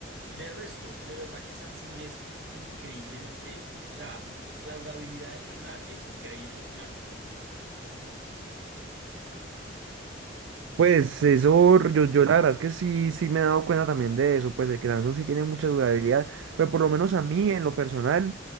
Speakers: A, on the right; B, on the right.
A: De resto, de verdad que Samsung es increíblemente. O sea, la la durabilidad del celular es increíble, es una locura.
B: Pues eso, yo, yo la verdad es que sí, sí me he dado cuenta también de eso, pues de que Samsung sí tiene mucha durabilidad, pero por lo menos a mí, en lo personal,